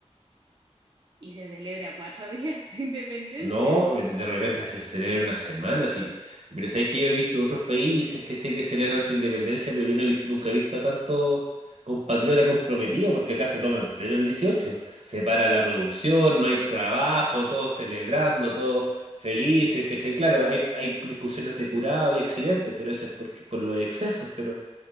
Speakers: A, on the right; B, on the right.
A: Y se celebra cuatro días <laughs> la independencia.
B: No, de repente se celebra una semana, sí. Pero sabéis que yo he visto otros países, ¿cachai? que celebran su independencia, pero yo no he vis- nunca he visto a tanto compatriota comprometido, porque acá se toma en serio el dieciocho, Se para la producción, no hay trabajo, todos celebrando, todos felices, ¿cachai? Claro, hay, hay discusiones de curado y accidentes, pero eso es por, por los excesos, pero